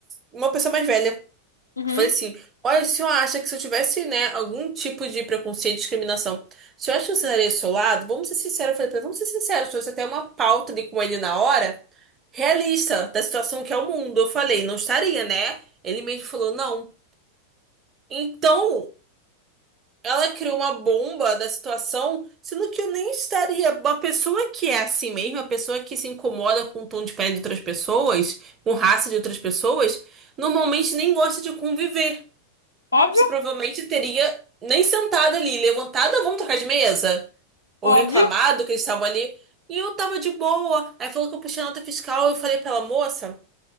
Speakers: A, on the right; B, on the left.
A: uma pessoa mais velha.
B: uhum,
A: Falei assim, olha, o senhor acha que se eu tivesse, né, algum tipo de preconceito, discriminação, o senhor acha que eu estaria do seu lado? Vamos ser sinceros, eu falei pra ele, vamos ser sinceros, se você tem uma pauta ali com ele na hora, realista, da situação que é o mundo. Eu falei, não estaria, né? Ele mesmo falou, não. Então, Ela criou uma bomba da situação, sendo que eu nem estaria. Uma pessoa que é assim mesmo, uma pessoa que se incomoda com o tom de pele de outras pessoas, com raça de outras pessoas, normalmente nem gosta de conviver.
B: óbvio,
A: Você provavelmente teria nem sentado ali, levantada, vamos trocar de mesa? Ou
B: óbvio.
A: reclamado que eles estavam ali. E eu tava de boa. Aí falou que eu puxei a nota fiscal. Eu falei pra ela, moça,